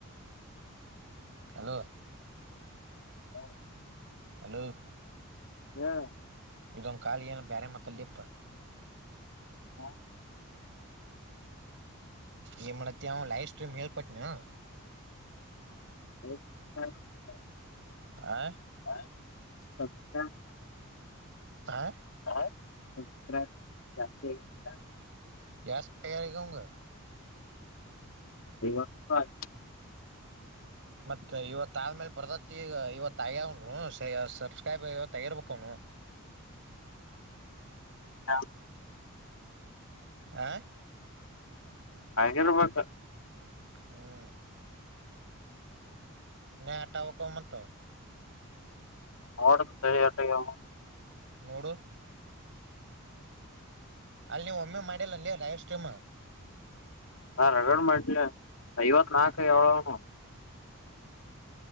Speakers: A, on the right; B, on the left.
A: ಹಲೋ
B: ಹಾ
A: ಹಲೋ
B: ಹೇಳ
A: ಇದೊಂದು ಕಾಲಿ ಏನು ಬ್ಯಾರೆ ಮಾತಾಡ್ ಲೆ ಪ್ಪಾ.
B: ಹಾ
A: ಏ ಮಾಡತ್ತ ಅವ್ ಲೈವ್ ಸ್ಟ್ರೀಮ್ ಹೇಳ್ಕೊಟ್ನ ಏನು
B: <unintelligible> <unintelligible>
A: ಆ ಹಾ
B: <unintelligible>
A: ಎಷ್ ಎಸ್ಟ್ ಇಯರ್ ಅವ್ಗ
B: ಐವತ್ತು ರೂಪಾಯಿ
A: ಮತ್ತೆ ಇವತ್ ಆದ್ಮೇಲೆ ಬರ್ದ ಗ ಇವತ್ತುಗ್ಯನ್ರ ಸಬ್ಸ್ಕ್ರೈಬ ಇವತ್ಗಿರ್ಬೇಕ ಅವನು
B: <unintelligible>
A: ಆ
B: ಹಾಗಿರಬೇಕು
A: ಹ್ಮ್ <unintelligible>
B: ನೋಡ್ತಡಿ ಎಟ್ ಅಗ್ಯವಂತ
A: ನೋಡು ಅಲ್ಲಿ ನೀವ್ ಒಮ್ಮೆ ಮಾಡಿಲ್ಲ ಅಲ್ಲಿಯ ಲೈವ್ ಸ್ಟ್ರೀಮ್
B: ಹಾ ರಗಡ ಮಾಡಿನ್ಲ ಐವತ್ ನಾಕ್ ಆಗ್ಯವ ಹೇಳ್ ನನ್ವು